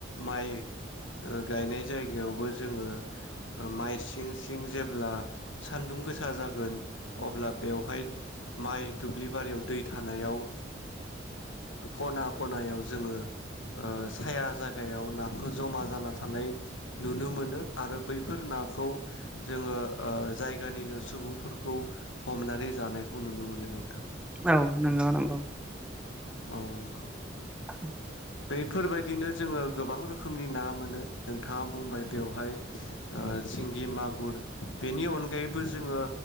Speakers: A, on the left; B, in the centre.
A: माइ गायनाय जायगायावबो, जोङो माइ सिं सिं जेब्ला सानदुं गोसा जागोन। अब्ला बेवहाय माइ दुब्लि बारियाव दै थानायाव खना खनायाव जोङो ओ साया जायगायाव नाखौ जमा जाना थानाय नुनो मोनो, आरो बैफोर नाखौ जोङो जायगानिनो सुबुंफोरखौ हमनानै जानायखौ नुनो मोनो। नों दा
B: औ नंगौ नंगौ।
A: औ नोंगौ।
B: <inaudible>
A: बेफोरबायदिनो जोङो गोबां रोखोमनि ना मोनो, नोंथाङा बुंबाय। बेवहाय ओ सिंगि मागुर बेनि अनगायैबो जोङो